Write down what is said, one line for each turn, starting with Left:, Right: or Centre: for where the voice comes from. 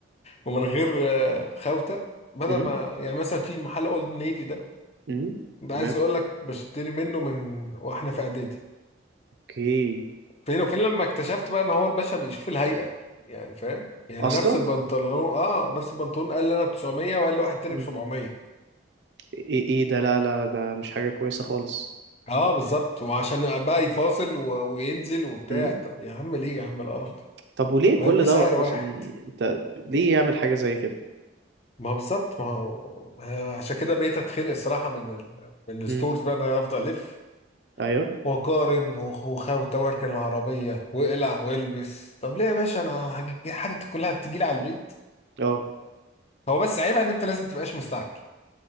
Left: ومن غير آه، خوته بدل
Right: إمم.
Left: ما يعني مثلا في محل اولد نيفي ده
Right: امم
Left: ده
Right: تمام
Left: عايز اقول لك بشتري منه من واحنا في اعدادي
Right: اوكي
Left: فين وفين لما اكتشفت بقى ان هو الباشا بيشوف الهيئة يعني فاهم يعني
Right: اصلا
Left: نفس البنطلون اه نفس البنطلون قال لي انا ب 900 وقال لي واحد تاني
Right: مم.
Left: ب 700
Right: ايه ايه ده لا لا لا، ده مش حاجة كويسة خالص
Left: اه بالظبط وعشان بقى يفاصل و... وينزل وبتاع
Right: امم
Left: طب يا عم ليه يا عم القرف ده
Right: طب وليه
Left: ما
Right: كل
Left: هيبقى
Right: دوت
Left: سعر واحد
Right: اصلا يعني انت ليه يعمل حاجة زي كده
Left: ما هو بالظبط ما هو ما هو عشان كده بقيت اتخنق الصراحة من ال... من الستورز
Right: امم
Left: بقى ان انا افضل الف
Right: ايوه
Left: وقارن وخ- وخ- وتواركن العربية واقلع والبس طب ليه يا باشا انا حاج- حاجتي كلها بتجيلي على البيت
Right: اه
Left: هو بس عيبها ان انت لازم تبقاش مستعجل